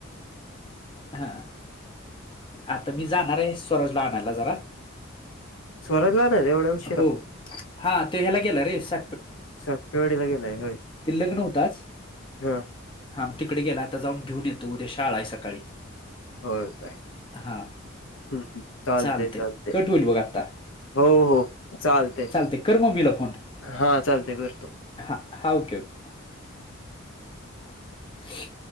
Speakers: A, on the left; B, on the left.
A: हा आता मी जाणार आहे स्वराज ला आणायला जरा
B: स्वराज ला आनायला एवढ्या उ शिरा
A: हो हा ते ह्याला गेलं रे स
B: सातवाडीला गेलाय होय
A: ते लग्न होत आज
B: ह
A: हा मग तिकडे गेला आता जाऊन घेऊन येतो उद्या शाळा आहे सकाळी
B: हो काय
A: हा
B: हम चालते
A: चालतंय
B: चालते
A: कट होईल बघ आता
B: हो हो चालते
A: चालतंय कर मम्मीला फोन
B: हा चालते करतो
A: हा हा ओके ओके ह